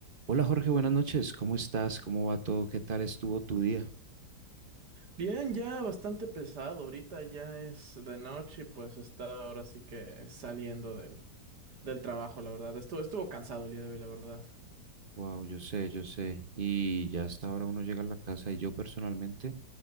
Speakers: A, on the right; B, on the right.
A: Hola Jorge, buenas noches. ¿Cómo estás? ¿Cómo va todo? ¿Qué tal estuvo tu día?
B: Bien, ya bastante pesado. Ahorita ya es de noche y pues estaba ahora sí que saliendo del, del trabajo, la verdad. Estuvo, estuvo cansado el día de hoy, la verdad.
A: Wow, yo sé, yo sé. Y ya hasta ahora uno llega a la casa y yo personalmente